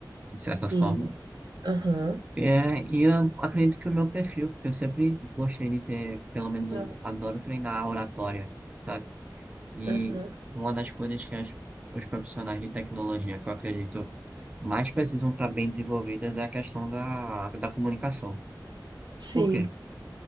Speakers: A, on the right; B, on the right.
A: de certa
B: Sim.
A: forma.
B: Aham.
A: É, e eu acredito que o meu perfil, porque eu sempre gostei de ter, pelo menos eu
B: Não.
A: adoro treinar a oratória, sabe? E
B: Aham.
A: uma das coisas que as, os profissionais de tecnologia, que eu acredito, mais precisam estar bem desenvolvidas é a questão da, da comunicação.
B: Sim.
A: Por quê?